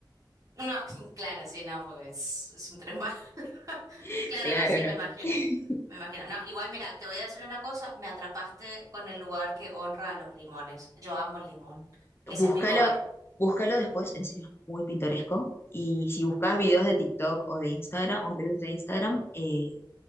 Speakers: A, on the right; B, on the left.
A: No, <laughs> claro, sí, no, porque es, es un tren bala. <laughs>
B: <laughs>
A: Claro,
B: Claro,
A: no, sí,
B: no.
A: me imagino.
B: <laughs>
A: Me imagino. No, igual, mira, te voy a decir una cosa, me atrapaste con el lugar que honra a los limones. Yo amo el limón. Ese
B: Búscalo,
A: es mi lugar.
B: búscalo después, en serio, es muy pintoresco. Y si buscas videos de TikTok o de Instagram o reels de Instagram, eh,